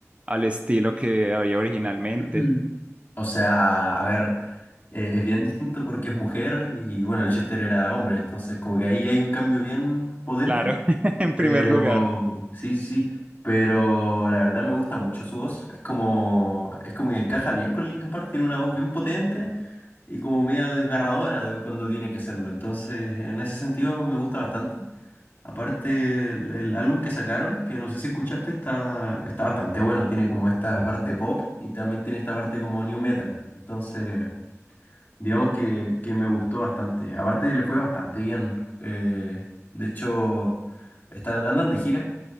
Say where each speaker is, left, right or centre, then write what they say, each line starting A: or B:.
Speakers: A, on the right; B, on the left.
A: al estilo que había originalmente.
B: Mm. O sea, a ver, eh, es bien distinto porque es mujer y bueno, el Chester era hombre, entonces como que ahí hay un cambio bien potente.
A: Claro, <laughs> en primer
B: Pero,
A: lugar,
B: sí, sí, sí, pero la verdad me gusta mucho su voz. Es como, es como que encaja bien con Linkin Park, tiene una voz bien potente y como medio desgarradora de- cuando tiene que serlo. Entonces, en ese sentido me gusta bastante. Aparte, el, el álbum que sacaron, que no sé si escuchaste, está, está bastante bueno. Tiene como esta parte pop y también tiene esta parte como new metal. Entonces, digamos que, que me gustó bastante. Aparte, le fue bastante bien. Eh, de hecho, están, andan de gira.